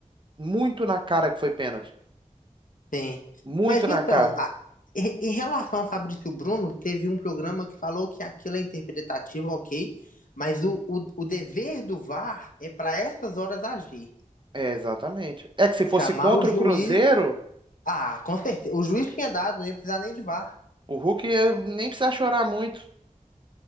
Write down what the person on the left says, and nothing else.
Sim.
Mas então,
a- em em relação ao Fabrício Bruno, teve um programa que falou que aquilo é interpretativo, ok, mas o, o, o dever do VAR é para essas horas agir.
Chamar
o juiz.
Ah, com certeza. O juiz tinha dado, não ia precisar nem de VAR.